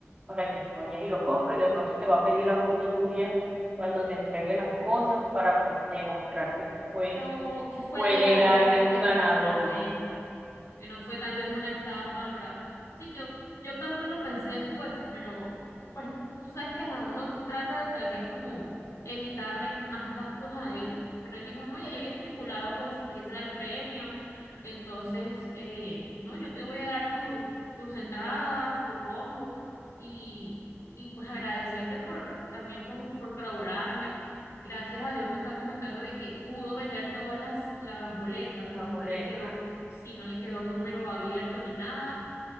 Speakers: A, on the right; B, on the left.
A: para que tú vayas y lo compres. De pronto te va a pedir la foto tuya cuando te entregue las cosas para pues demostrar que fue,
B: que hubo, que fue
A: fue
B: legal,
A: legal,
B: o sea,
A: que hubo
B: que
A: un
B: exactamente.
A: ganador,
B: que no fue tal vez una estafa para... Sí, yo, yo también lo pensé después, pero pues tú sabes que a uno trata de tal vez como evitarle más gastos a él, pero él dijo, no, ya yo había estipulado pues que será el premio, entonces, eh, no, yo te voy a dar tu, tus entradas, tu combo y, y pues agradecerte por también como por colaborarme. Gracias a Dios me está comentando de que pudo vender todas las, las boletas, o sea,
A: la
B: no
A: boleta,
B: no le quedó si no le quedó número abierto ni nada.